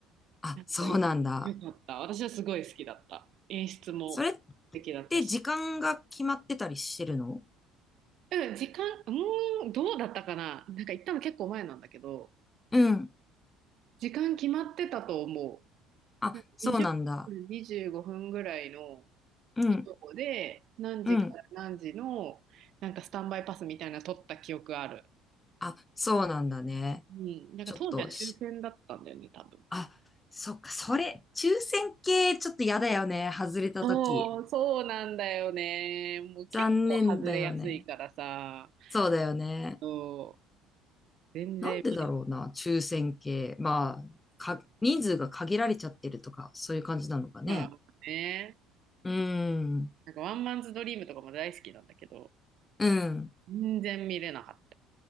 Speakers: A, on the left; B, on the right.
A: あ、
B: なんかよ、
A: そうなんだ。
B: よかった。私はすごい好きだった。演出も素敵だったし。
A: それって時間が決まってたりしてるの
B: うん、時間、うーん、どうだったかな。なんか行ったの結構前なんだけど、
A: うん。
B: 時間決まってたと思
A: あ、
B: う。なんか20分、
A: そうなんだ。
B: 25分ぐらいの
A: うん。
B: そうで、何時から何時の、
A: うん。
B: なんかスタンバイパスみたいなの取った記憶ある。
A: あ、そうなんだね。
B: うん。なんか当時は抽選だったんだよね、
A: ちょっとし、
B: 多分。
A: あ、そっか、それ、抽選系ちょっと嫌だよね。外れた時
B: そう、そうなんだよね。もう結構外れやすいからさ。
A: 残念だよね。そうだよね。
B: そう、全然見れ
A: なんでだろうな、抽選系。まあ、か、人数が限られちゃってるとか、そういう感じなのかね。
B: まあね。
A: うん。
B: なんかワンマンズドリームとかも大好きなんだけど、
A: うん。
B: 全然見れなかった。